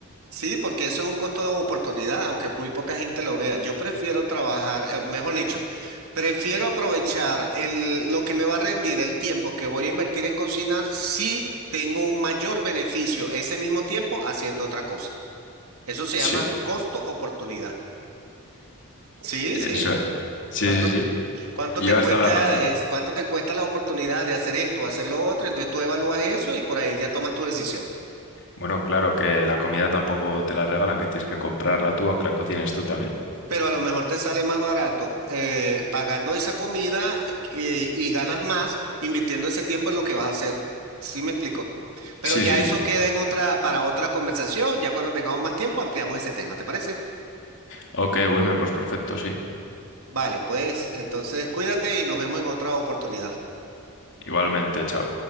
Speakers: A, on the right; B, on the left.
A: Sí, porque eso es un costo de oportunidad, aunque muy poca gente lo vea. Yo prefiero trabajar, eh, mejor dicho, prefiero aprovechar el, lo que me va a rendir el tiempo que voy a invertir en cocinar si tengo un mayor beneficio ese mismo tiempo haciendo otra cosa. Eso se
B: Sí,
A: llama costo oportunidad. Sí,
B: eso
A: sí.
B: es. Sí,
A: ¿Cuánto,
B: sí, sí.
A: cuánto
B: Llevas
A: te cuesta,
B: toda la razón.
A: es- cuánto te cuesta la oportunidad de hacer esto, hacer lo otro? Entonces tú evalúas eso y por ahí ya tomas tu decisión.
B: Bueno, claro que la comida tampoco te la regalan, que tienes que comprarla tú, aunque la cocines tú también.
A: Pero a lo mejor te sale más barato eh, pagando esa comida eh, y ganas más invirtiendo ese tiempo en lo que vas a hacer. ¿Sí me explico? Pero
B: Sí,
A: ya
B: sí,
A: eso
B: sí.
A: queda en otra, para otra conversación. Ya cuando tengamos más tiempo ampliamos ese tema, ¿te parece?
B: Ok, Wilmer, pues perfecto, sí.
A: Vale, pues entonces cuídate y nos vemos en otra oportunidad.
B: Igualmente, chao.